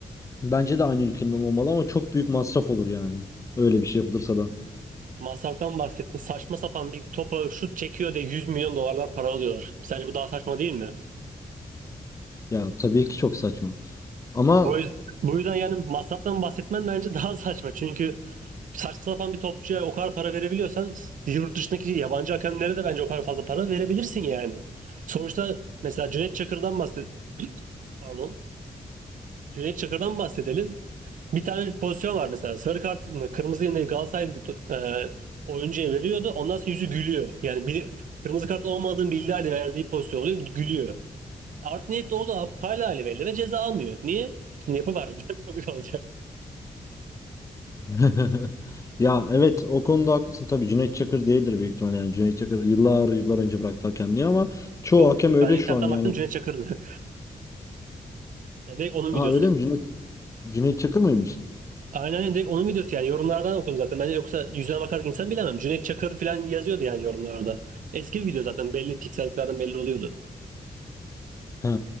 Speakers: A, on the left (about 20°); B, on the right (about 65°).
A: bence de aynı ülkenin olmalı ama çok büyük masraf olur yani. Öyle bir şey yapılırsa da.
B: Masraftan bahsettin. Saçma sapan bir topa şut çekiyor diye 100 milyon dolarlar para alıyorlar. Sence bu daha saçma değil mi?
A: Ya tabii ki çok saçma. Ama
B: Bu yüzden, bu yüzden yani masraftan bahsetmen bence daha saçma. Çünkü saçma sapan bir topçuya o kadar para verebiliyorsan yurt dışındaki yabancı hakemlere de bence o kadar fazla para verebilirsin yani. Sonuçta mesela Cüneyt Çakır'dan bahset pardon. Cüneyt Çakır'dan bahsedelim. Bir tane pozisyon var mesela. Sarı kart mı kırmızı yine Galatasaray e, oyuncuya veriyordu. Ondan sonra yüzü gülüyor. Yani bir, kırmızı kart olmadığını bildiği halde verdiği pozisyon oluyor. Gülüyor. Art niyetli o da hala hali belli ve ceza almıyor. Niye? Şimdi yapı var. <laughs> Yapı bir olacak.
A: <laughs> ya evet o konuda haklısın. Tabii Cüneyt Çakır değildir büyük ihtimalle. Yani Cüneyt Çakır yıllar yıllar önce bıraktı hakemliği ama çoğu
B: Yok
A: hakem öyle
B: ben internetten
A: şu an yani.
B: baktım Cüneyt Çakır'dı. Yani direkt onun
A: Aa
B: videosu.
A: öyle mi? Cüneyt, Cüneyt Çakır mıymış?
B: Aynen öyle. Direkt onun videosu yani yorumlardan okudum zaten. Bence yoksa yüzüne bakarak insan bilemem. Cüneyt Çakır falan yazıyordu yani yorumlarda. Eski bir video zaten belli pikselliklerden belli oluyordu.
A: He.